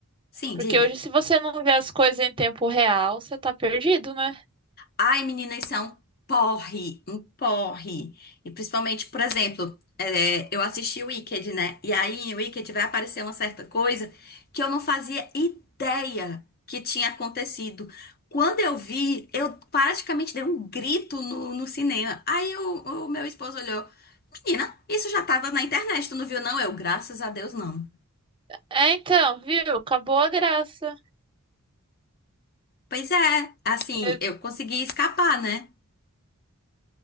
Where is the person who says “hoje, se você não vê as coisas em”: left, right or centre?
Right